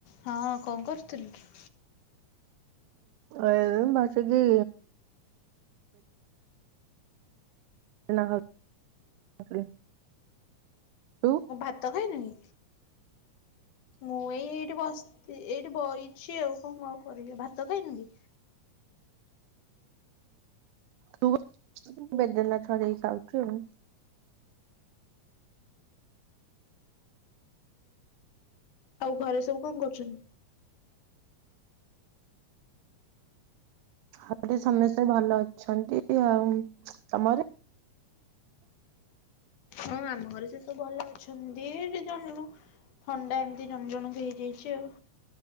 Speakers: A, on the left (about 80°); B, on the right (about 85°).
A: ହଁ କଣ କରୁଥିଲୁ।
B: ଏ ବସୀ କି। <unintelligible> ତୁ
A: ମୁଁ ଭାତ ଖାଇଲି।
B: <inaudible>
A: ମୁଁ ଏଇ ଏଇଠି ବସି ଏଇଠି ବହିଛି ଆଉ କଣ କଣ କରିବି ଭାତ ଖାଇନି କି।
B: ତୁ ବେଦନାଥ ହରେଇ ଖାଉଛୁ ଉ।
A: ଆଉ ଘରେ ସବୁ କଣ କରୁଛନ୍ତି?
B: ହରେ ସମସ୍ତେ ଭଲ ଅଛନ୍ତି ଆଉ ତମର।
A: ହଁ ଆମ ଘରେ ସେ ସବୁ ଭଲ ଅଛନ୍ତି ଜାଣିନୁ। ଥଣ୍ଡା ଏମିତି ଜଣ ଜଣଙ୍କୁ ହେଇଯାଇଛି ଆଉ।